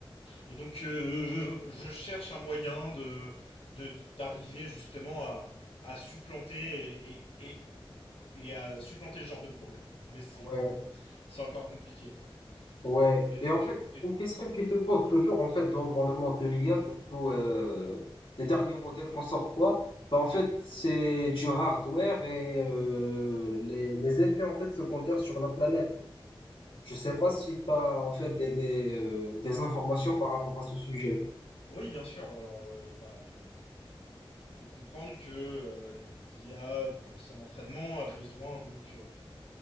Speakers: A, on the left; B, on the left.
A: Et donc, euh, je cherche un moyen de de- d'arriver justement à, à supplanter et, et, et- et à supplanter ce genre de problème. Mais c'est
B: ouais.
A: c'est encore compliqué, quoi.
B: Ouais,
A: Et
B: et
A: donc,
B: en fait,
A: et-
B: une question qui se pose toujours, en fait, dans, dans le monde de l'IA, surtout euh, les derniers modèles qu'on sort quoi, bah, en fait, c'est du hardware et euh, les, les effets en fait secondaires sur la planète. Je sais pas si tu as en fait des, des, euh, des informations par rapport à ce sujet.
A: oui, bien sûr. Alors, euh, bah, euh, faut comprendre que euh, l'IA, pour son entraînement, a besoin donc euh,